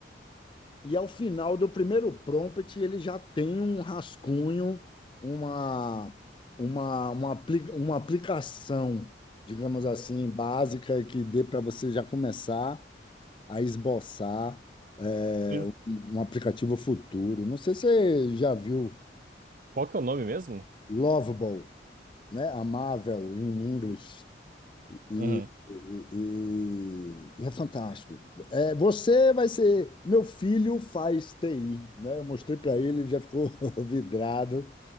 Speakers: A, on the left (about 25°); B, on the right (about 45°).
A: e ao final do primeiro prompt, ele já tem um rascunho, uma, uma, uma, apli- uma aplicação, digamos assim, básica, que dê para você já começar a esboçar, é,
B: Sim.
A: um um aplicativo futuro. Não sei se você já viu
B: Qual que é o nome mesmo?
A: Lovable. né? Amável in English e,
B: Uhum.
A: e, e e é fantástico. É, você vai ser. Meu filho faz TI, né? Eu mostrei para ele, ele já ficou <laughs> vidrado,